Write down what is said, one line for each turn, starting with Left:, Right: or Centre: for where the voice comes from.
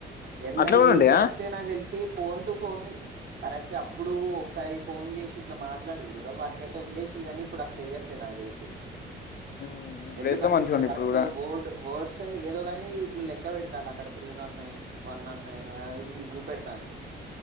Right: ఎనిభై
Left: అట్లా కూడా ఉంటాయా?
Right: కరెక్ట్గా నా తెలిసి ఫోన్ టు ఫోను కరెక్ట్ అప్పుడు ఒకసారి ఫోన్ చేసి ఇట్లా మాట్లాడ చూడ వాటికైతే వందేసిల్లు కానీ ఇప్పుడు అట్లా వేయట్లేదు నాకు తెలిసి
Left: హ్మ్. ఇప్పుడు
Right: ఎందుకంటే
Left: ఏస్తే మంచిగుండు
Right: ఇక్కడ కరెక్ట్
Left: ఇప్పుడు కూడా.
Right: వోర్డ్ వర్డ్స్ సరే ఏదో కానీ ఇట్లా ల క్క పెడతాల అక్కడ three not nine one not nine అదిది చూపెడతాంది.